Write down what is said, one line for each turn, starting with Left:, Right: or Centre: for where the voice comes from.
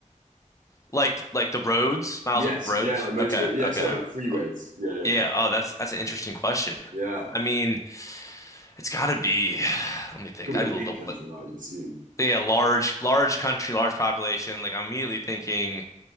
Left: Like like the roads, miles
Right: Yes,
Left: of roads.
Right: yeah, like motorway.
Left: Okay.
Right: Yeah,
Left: Okay.
Right: sorry, like freeways. Yeah, yeah,
Left: Yeah. Oh, that's that's an interesting question.
Right: yeah.
Left: I mean, it's got to be <sighs> let me think.
Right: Could be
Left: I'd
Right: a
Left: be a
Right: big
Left: little,
Right: country, right? You'd assume.
Left: yeah, large large country, large population. Like I'm immediately thinking